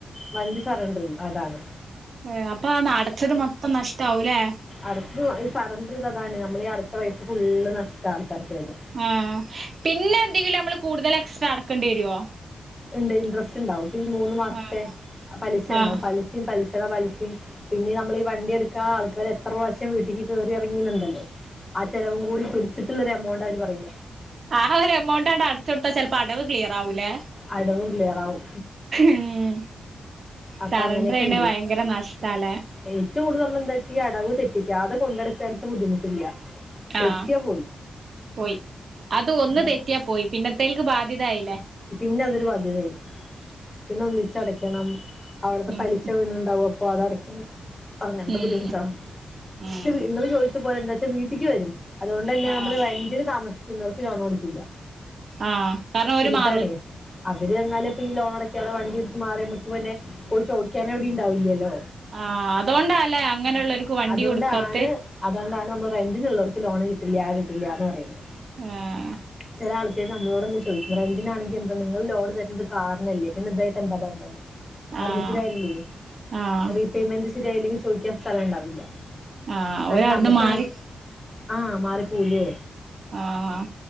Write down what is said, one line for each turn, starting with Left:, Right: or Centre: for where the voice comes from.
Left: വണ്ടി സറണ്ടർ ചെയ്യും അതാണ്
Right: ഏ അപ്പൊന്ന അടച്ചത് മൊത്തം നഷ്ടാവുലേ
Left: അടച്ചത് ഈ സറണ്ടർ ഇത് അതാണ് നമ്മള് ഈ അടച്ച പൈസ ഫുള്ള് നഷ്ടാ ആൾക്കാർക്ക് വര
Right: ആഹ് പിന്നെ എന്തെങ്കിലും നമ്മള് കൂടുതൽ എക്സ്ട്രാ അടക്കേണ്ടി വരുവോ
Left: ഉണ്ട് ഇൻറ്രസ്റ്റ് ഉണ്ടാവും ഇപ്പൊ ഈ മൂന്ന് മാസത്തെ
Right: ആഹ്
Left: പലിശ ഉണ്ടാവും
Right: ആഹ്
Left: പലിശയും പലിശയുടെ പലിശയും പിന്നെ നമ്മൾ വണ്ടി എടുക്കാ ആൾക്കാര് എത്ര പ്രാവശ്യം വീട്ടിക്ക് കേറി ഇറങ്ങുന്നുണ്ടല്ലോ ആഹ് ചെലവും കൂടി പിടിച്ചിട്ടുള്ളൊരു എമൗണ്ട് അവര് പറയ
Right: ആഹ് ഒരു എമൗണ്ട്ണ്ടണ്ട് അടച്ച കൊടുത്ത ചില പ്പ അടവ് ക്ലിയറ് ആവൂലേ
Left: അടവും ക്ലിയർ ആവും
Right: ഉം
Left: അപ്പൊ
Right: സറണ്ടർ
Left: അങ്ങനെയൊക്കെ
Right: ചെയ്യ്ണ
Left: ഉണ്ട്
Right: ഭയങ്കര നഷ്ട ലെ
Left: ഏറ്റവും കൂടുതൽ നമ്മൾ എന്താ വച്ചാ ഈ അടവ് തെറ്റിക്കാത കൊണ്ടടുക്കാൻ ബുദ്ധിമുട്ടില്ല തെറ്റിയാ
Right: ആഹ്
Left: പോയി
Right: പോയി അത് ഒന്ന്
Left: അതെ.
Right: തെറ്റിയാ പോയി പിന്നത്തേക്ക് ബാധ്യത ആയില്ലേ
Left: പിന്നെ അതൊരു ബാധ്യതയായ് പിന്നെ ഒന്നിച്ചടക്കണം അവിടത്തെ
Right: ഉം
Left: പലിശ വീണിട്ടുണ്ടാകും അപ്പൊ അത് അടക്കണം അങ്ങനത്തെ
Right: ഉം
Left: ബുദ്ധിമുട്ടാ
Right: ഉം
Left: പക്ഷെ നിങ്ങള് ചോദിച്ച പോലെ എന്താ വച്ചാ വീട്ടിലക്ക് വരും അതുകൊണ്ട് തന്നെ
Right: ആഹ്
Left: നമ്മള് റെൻ്റ്ന് താമസിക്കുന്നവർക്ക് ലോണ് കൊടുക്കില്ല
Right: ആഹ് കാരണം ഓര് മാ
Left: ത്തനെ അവര് തന്നാലും ഈ ലോണ് അടക്കാതെ വണ്ടി ഇടുത്ത് മാറി നമ്മക്ക് പിന്നെ പോയി ചോദിക്കാൻ എവിടെണ്ടാവില്ലല്ലോ
Right: ആഹ് അതുകൊണ്ടല്ലേ അങ്ങനെയുള്ളവർക്ക് വണ്ടി
Left: അതുകൊണ്ടാണ്
Right: കൊടുക്കാത്ത
Left: അതുകൊണ്ടാണ് നമ്മള് റെന്റിനുള്ളവർക്ക് ലോണ് കിട്ടില്ല ആഹ് കിട്ടില്ല എന്ന് പറയുന്നത്
Right: ആഹ്
Left: ചില ആൾക്കൾ നമ്മളോട്ന്ന് ചോദിക്ക പറ അതിനാണെങ്കിൽ എന്താ നിങ്ങൾ ലോൺ തരുന്നത് കാറിനല്ലേ പിന്നെ ഇതായിട്ട് എന്താ ബന്ധന്ന് പറഞ്ഞിട്ട്
Right: ആഹ്
Left: കാര്യല്ലേ
Right: ആഹ്
Left: റീപേയ്മെന്റ് ശരിയായില്ലെങ്കി. ചോയ്ക്കാൻ സ്ഥലംണ്ടാവില്ല
Right: ആഹ്
Left: എന്നാല്
Right: ഓരവിടുന്ന്
Left: അമ്മക്ക്ന്നെ
Right: മാറി
Left: ആഹ് മാറി പോകൂലേ
Right: ആഹ്